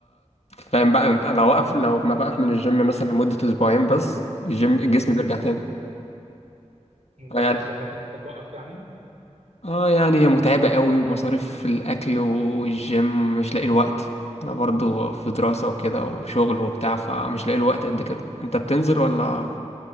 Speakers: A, on the left; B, on the right.
A: فاهم بقى انت انا واقف لو ما بقف من الجيم مثلا لمده اسبوعين بس الجيم جسمي
B: مم.
A: بيرجع تاني
B: ده
A: آه يعني
B: اللي خلاك إن أنت توقف يعني؟
A: اه يعني هي متعبه قوي ومصاريف في الاكل والجيم ومش لاقي الوقت انا برضو في دراسه وكده وشغل وبتاع فمش لاقي الوقت قد كده انت بتنزل ولا